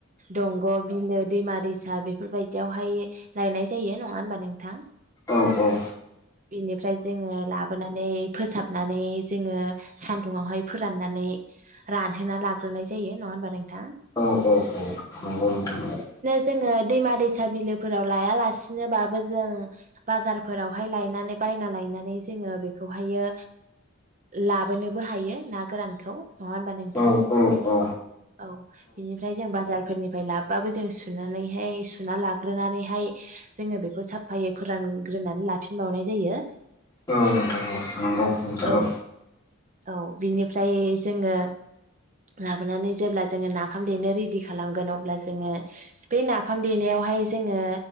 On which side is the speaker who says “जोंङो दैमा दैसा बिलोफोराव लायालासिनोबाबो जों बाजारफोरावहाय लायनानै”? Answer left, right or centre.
Right